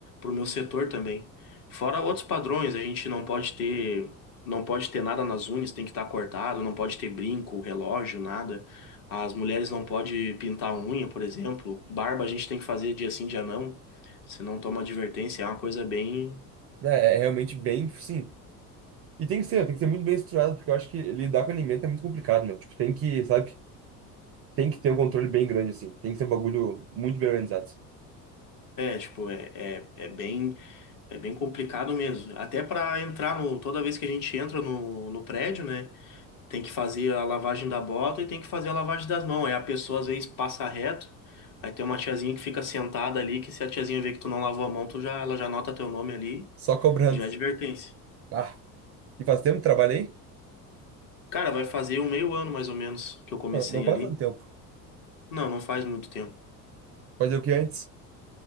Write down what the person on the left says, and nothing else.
o meu setor também. Fora outros padrões, a gente não pode ter não pode ter nada nas unhas, tem que estar cortado, não pode ter brinco, relógio, nada. As mulheres não podem pintar a unha, por exemplo. Barba a gente tem que fazer dia sim, dia não. Se não toma advertência, é uma coisa bem
É, tipo, é, é, é bem é bem complicado mesmo. Até para entrar no toda vez que a gente entra no, no prédio, né? Tem que fazer a lavagem da bota e tem que fazer a lavagem das mãos. Aí a pessoa às vezes passa reto, aí tem uma tiazinha que fica sentada ali, que se a tiazinha vê que tu não lavou a mão, tu já, ela já anota teu nome ali
e já é advertência.
Cara, vai fazer um meio ano mais ou menos que eu comecei
ali.
Não, não faz muito tempo.